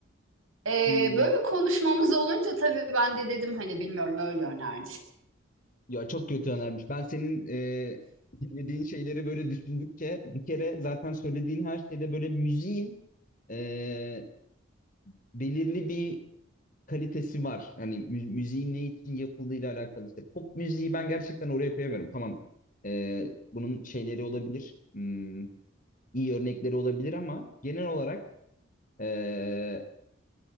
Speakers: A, on the right; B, on the left.
A: Ee,
B: hı.
A: böyle bir konuşmamız olunca tabii ben de dedim hani bilmiyorum öyle önerdi.
B: Ya çok kötü önermiş. Ben senin e, dinlediğin şeyleri böyle düşündükçe bir kere zaten söylediğin her şeyde böyle müziğin e, belirli bir kalitesi var. Hani mü- müziğin ne için yapıldığıyla alakalı. İşte pop müziği ben gerçekten oraya koyamıyorum. Tamam e, bunun şeyleri olabilir. Hmm, iyi örnekleri olabilir ama genel olarak e,